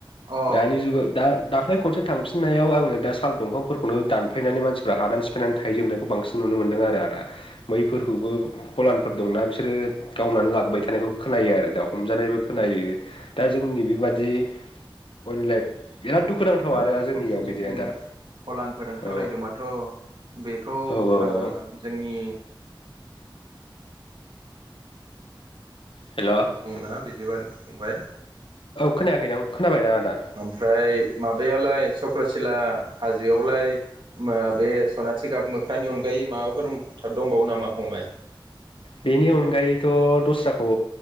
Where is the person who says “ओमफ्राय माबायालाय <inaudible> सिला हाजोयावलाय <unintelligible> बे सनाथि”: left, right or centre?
Right